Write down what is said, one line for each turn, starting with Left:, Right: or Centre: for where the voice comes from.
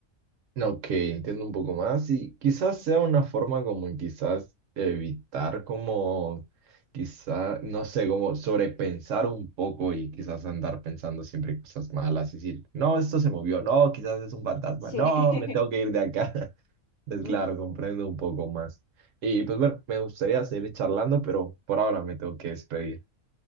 Right: Ok, entiendo un poco más y quizás sea una forma como en quizás evitar como quizás, no sé, como sobrepensar un poco y quizás andar pensando siempre cosas malas y decir, no, esto se movió, no, quizás es un fantasma,
Left: Sí.
Right: no, me tengo
Left: <laughs>
Right: que ir de acá. <laughs> es
Left: Sí,
Right: claro, comprendo un poco más. Y pues bueno, me gustaría seguir charlando, pero por ahora me tengo que despedir.